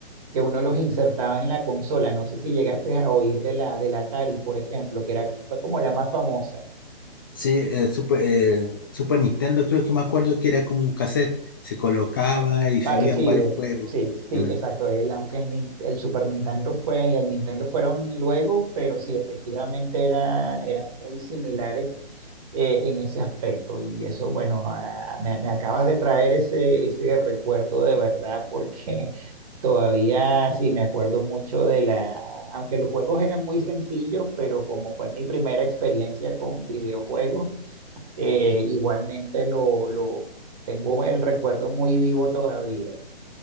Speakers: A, on the right (about 35°); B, on the left (about 20°).
A: que uno los insertaba en la consola. No sé si llegaste a oír de la, de la Atari, por ejemplo, que era, fue como la más famosa.
B: Sí, eh, Super, eh, Super Nintendo creo que me acuerdo que era como un cassette, se colocaba
A: Como
B: y
A: Parecido,
B: se habían varios juegos.
A: sí, sí,
B: Mm.
A: exacto. El, aunque el, Nin- el Super Nintendo fue y el Nintendo fueron luego, pero sí, efectivamente era, eran muy similares eh, en ese aspecto. Y eso, bueno, ah, me, me acabas de traer ese, ese recuerdo de verdad porque <laughs> todavía sí me acuerdo mucho de la, aunque los juegos eran muy sencillos, pero como fue mi primera experiencia con videojuegos eh, igualmente lo, lo tengo el recuerdo muy vivo todavía.